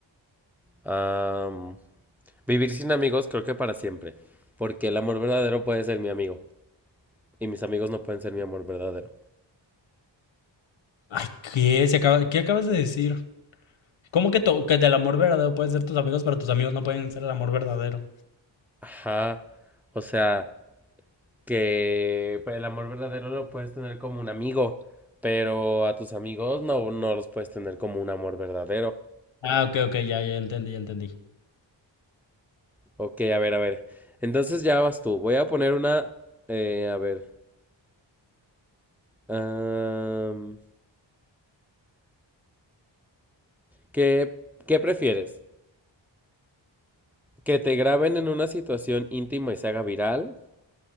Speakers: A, in the centre; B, on the left.
A: Am, vivir sin amigos creo que para siempre. Porque el amor verdadero puede ser mi amigo. Y mis amigos no pueden ser mi amor verdadero.
B: Ay, ¿qué? Se acaba- ¿Qué acabas de decir? ¿Cómo que, to- que del amor verdadero pueden ser tus amigos, pero tus amigos no pueden ser el amor verdadero?
A: Ajá. O sea, que pues, el amor verdadero lo puedes tener como un amigo. Pero a tus amigos no, no los puedes tener como un amor verdadero.
B: Ah, ok, ok, ya, ya entendí, ya entendí.
A: Ok, a ver, a ver. Entonces ya vas tú. Voy a poner una... eh, a ver. am, ¿qué, qué prefieres? ¿Que te graben en una situación íntima y se haga viral?